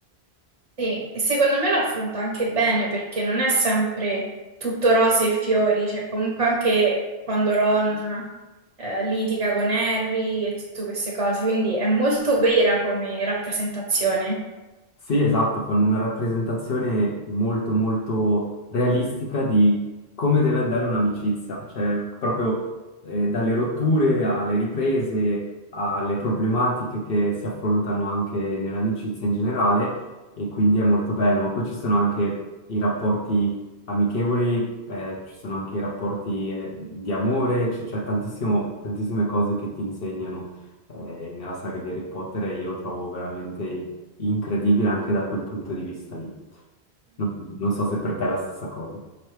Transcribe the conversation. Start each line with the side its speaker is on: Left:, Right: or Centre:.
Right: Sì, e secondo me lo affronta anche bene perché non è sempre tutto rose e fiori, cioè comunque anche quando Ron eh, litiga con Harry e tutte queste cose, quindi è molto vera come rappresentazione.
Left: Sì, esatto, fanno una rappresentazione molto molto realistica di come deve andare un'amicizia, cioè proprio eh, dalle rotture alle riprese, alle problematiche che si affrontano anche nell'amicizia in generale e quindi è molto bello, ma poi ci sono anche i rapporti amichevoli, eh, ci sono anche i rapporti eh, di amore, c- c'è tantissimo- tantissime cose che ti insegnano eh, nella saga di Harry Potter e io lo trovo veramente incredibile anche da quel punto di vista lì. Non, non so se per te è la stessa cosa.